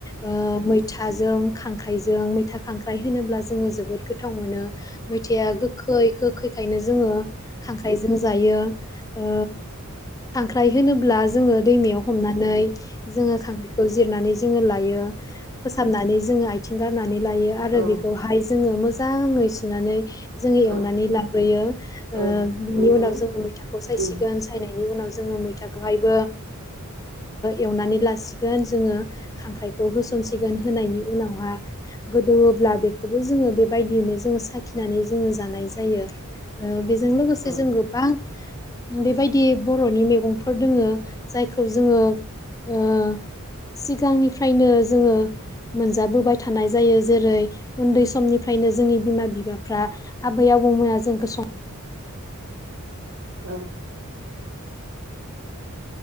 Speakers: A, on the left; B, on the right.
A: ओ मै मैथाजों खांख्राइजों मैथा खांख्राइ होनोब्ला जोङो जोबोद गोथाव मोनो मैथाया गोखै गोखैखायनो जोङो खांख्राइजों जायो ओ खांख्राय होनोब्ला जोङो दैमायाव हमनानै जोङो खांख्रायखौ जिरनानै जायो जोङो लायो फोसाबनानै जोङो आथिं गारनानै लायो आरो
B: औ औ
A: बेखौहाय जोङो मो मोजाङै सुनानै जों
B: औ
A: एवनानै लाग्रोयो
B: औ
A: बिनि
B: नंगौ
A: उनाव जों <unintelligible> सायसिगोन
B: उम
A: सायनाय बिनि उनाव जोङो मैथाखौबो एवनानै लासिगोन जोङो खांख्रायखौ होस'नो सिगोन होनायनि उनावहा गोदौब्ला बे बिखौ जोङो बेबायदियैनो जोङो साखिनानै जोङो जानाय जायो बेजों लोगोसे
B: औ
A: जों गोबां बेबायदि बर'नि मैगंफोर दोङो जायखौ जोङो ओ सिगांनिफ्रायनो जोङो मोनजाबोबाय थानाय जायो जेरै उन्दै समनिफ्रायनो जोंनि बिमा-बिफाफ्रा आबै आबौमोना जोंखौ संनानै
B: औ